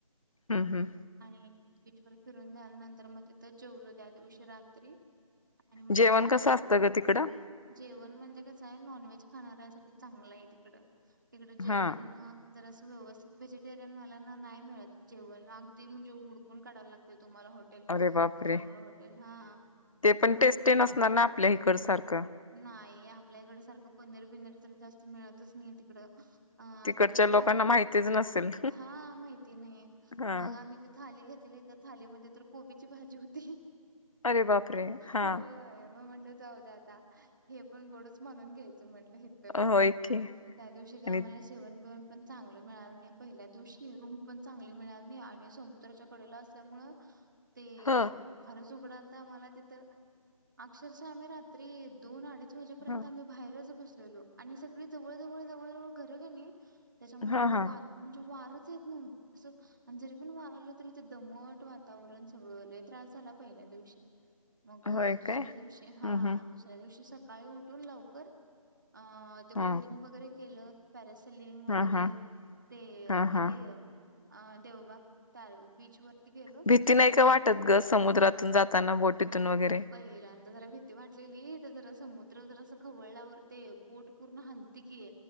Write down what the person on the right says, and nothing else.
आणि बीचवर फिरून झाल्यानंतर मग तिथंच जेवलो त्या दिवशी रात्री. आणि मग
सकाळी
जेवण म्हणजे आहे नॉनव्हेज खाणाऱ्यासाठी चांगलं आहे तिकड तिकड जेवण
जर असं व्यवस्थित व्हेजिटेरियन वाल्यांना नाही मिळत जेवण अगदी म्हणजे हुडकून काढायला लागतय. तुम्हाला हॉटेल
चांगलं हॉटेल हा
नाही आपल्या इकड सारखं पनीर बिनीर तर जास्त मिळतच नाही तिकडं. अ
आम्ही तर
थाली
हा माहिती नाही
मग आम्ही ती थाली घेत थालीमध्ये तर कोबीची भाजी होती.
होय मग म्हटलं जाऊ द्या आता हे पण गोडच माणून घ्यायचं म्हंटलं हित
त्या दिवशी काय
आम्हाला जेवण बिवन पण चांगल मिळाणार नाही पहिल्या दिवशी रूम पण चांगली मिळाणार नाही आणि समुद्राच्या कडेला असल्यामुळ ते
फारच उघडाल त आम्हाला तिथ अक्षरश आम्ही रात्री दोन अडीच वाजे पर्यंत
आम्ही बाहेरच बसलेलो आणि सग जवळ जवळ जवळ जवळ घर कनी त्याच्यामुळे
तिथं
वार म्हणजे वार वारा जरी पण वाारलं तरी दमट वातावरण सगळ त्रास झाला पहिले. ल्या दिवशी. मग
दुसऱ्या
दिवशी हा
दुसऱ्या दिवशी सकाळी उठून लवकर अ ते
बोटिंग वगैरे केलं पॅरेस लिंग वगैरे
ते अ
हे देवबाग ताल बी च वरती गेलो त्यात
पहिल्यां जरा भीती वाटलेली जरा समुद्र जर अस खवळल्यावर ते बोट पूर्ण हलती की.